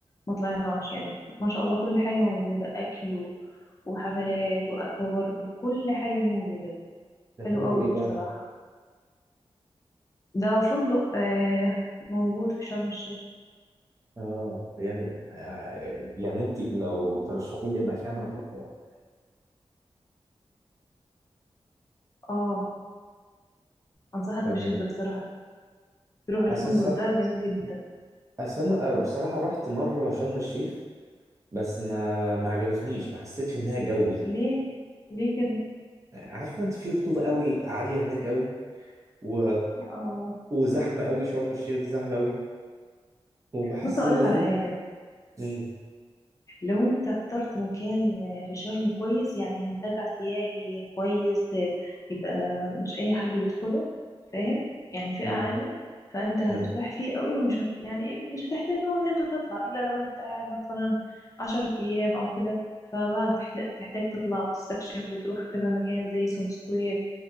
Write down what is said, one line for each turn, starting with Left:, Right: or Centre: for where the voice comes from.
Left: ما طلعناش يعني ما شاء الله كل حاجه موجوده اكل و- وحفلات واكوا بارك وكل حاجه موجوده
Right: ده
Left: حلو
Right: فندق
Left: قوي
Right: ايه بقى
Left: بصراحه ده فندق آه، موجود في شرم الشيخ
Right: اه يعني آه، يعني انت لو ترشحي لي مكان اروحه
Left: اه انصحك
Right: تمام
Left: بشده بصراحه تروح الفندق
Right: اساس
Left: ده جميل جدا
Right: اصل انا آه، بصراحه رحت مره شرم الشيخ بس ما ما عجبتنيش ما حسيتش انها جوي
Left: ليه ليه كده
Right: عارفه انت في رطوبه قوي عاليه هناك قوي و...
Left: اه
Right: وزحمه قوي شرم الشيخ دي زحمه قوي وبحس
Left: بص اقول
Right: ان
Left: لك
Right: الهند-
Left: على حاجه
Right: مم،
Left: لو انت اخترت مكان في شرم كويس يعني منتجع سياحي كويس يبقى مش اي حد بيدخله فاهم يعني فئة
Right: مم،
Left: عالية فانت هترتاح
Right: يا.
Left: فيه قوي ومش هت... يعني مش هتحتاج أوي ان انت تطلع الا لو انت قاعد مثلا عشر ايام او كده فبقى هتحتاج تحتاج تطلع وتستكشف وتروح كذا مكان زي سون سكوير